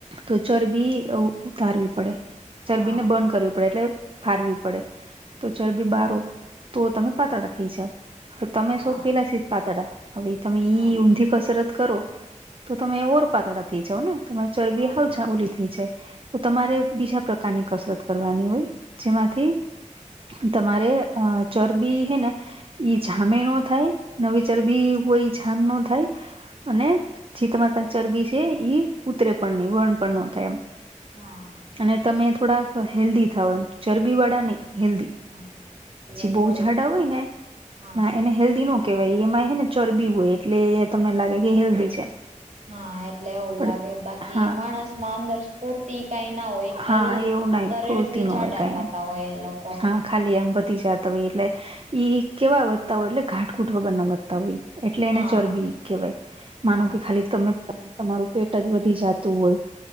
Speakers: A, on the right; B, on the right.
A: તો ચરબી ઉતારવી પડે ચરબી
B: હા
A: ને બર્ન કરવી પડે એટલે ફારવી પડે તો ચરબી
B: હા
A: બારો તો તમે પાતળા થઈ જાવ. તમે
B: હા
A: સો પેલાથી જ પાતળા હવે તમે
B: હા
A: ઈ ઊંધી કસરત કરો તો તમે ઓર પાતળા થઇ જાવ ને તમારે ચરબી
B: હા
A: હાવ
B: હા
A: ઓલી થઈ જાય. તો તમારે બીજા પ્રકારની કસરત કરવાની હોય જેમાંથી તમારે અ ચરબી હૈ ને ઈ જામે ન થાય નવી ચરબી હોય જામ ન થાય અને જે તમારી પાસે ચરબી છે એ ઉતરે પણ નહી બર્ન પણ ન થાય એમ
B: હા
A: અને તમે થોડાક હેલ્ધી થાવ એમ ચરબીવાળા નહીં હેલ્ધી
B: હા એટલે
A: પછી બહુ
B: થોડુંક
A: ઝાડા હોય ને
B: હા
A: ના એને હેલ્ધી નો કેવાય એમાં હે ને ચરબી હોય એટલે તમને લાગે કે હેલ્ધી છે.
B: હા એટલે એવું
A: પણ
B: લાગે બાકી
A: હા
B: માણસ માં અંદર સ્ફૂર્તિ કઈ ના હોય ખાલી
A: હા એવું
B: શરીર
A: નહી પૂરતી
B: થી
A: ન
B: જાડા
A: હોય કઈ
B: થતા
A: નઈ
B: હોય એ લોકો
A: હા ખાલી એમ વધી જતા હોય એટલે ઈ કેવા વધતા હોય એટલે ઘાટઘૂટ વગર ના વધતા હોય. એટલે
B: હા
A: એને ચરબી કેવાય
B: હા
A: માનું કે ખાલી તમે તમારું પેટ જ વધી જતું હોય